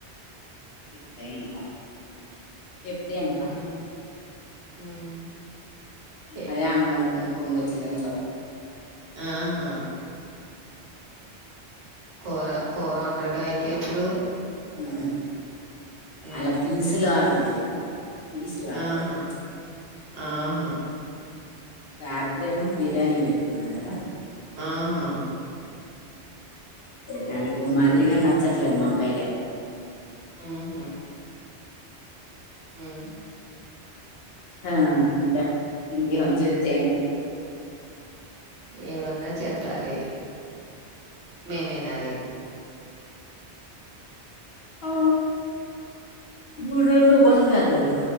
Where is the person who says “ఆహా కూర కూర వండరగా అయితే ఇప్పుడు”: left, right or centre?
Right